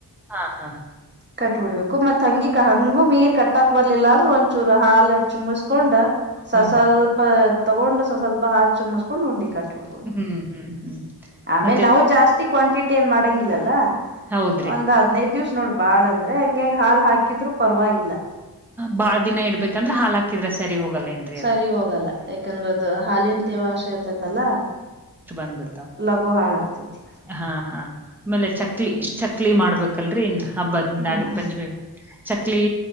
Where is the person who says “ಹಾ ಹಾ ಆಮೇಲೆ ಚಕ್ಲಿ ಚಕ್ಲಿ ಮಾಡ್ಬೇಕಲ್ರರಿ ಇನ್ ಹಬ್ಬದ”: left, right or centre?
Centre